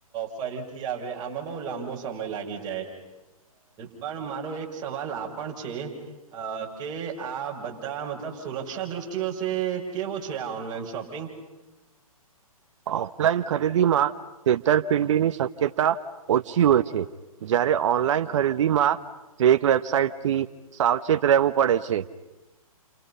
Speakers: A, on the right; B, on the right.
A: ફરીથી આવે આમાં બ બ લાંબો સમય લાગી જાય પણ મારો એક સવાલ આપણ છે અ કે આ બધા મતલબ સુરક્ષા દ્રષ્ટિઓ છે કેવો છે આ ઓનલાઈન શોપિંગ <inaudible>
B: <inaudible> ઓફલાઈન ખરીદીમાં છેતરપિંડીની શક્યતા ઓછી હોય છે જ ઓનલાઈન ખરીદી માં તે એક વેબસાાઈટથી સાવચેત રહેવું પડે છે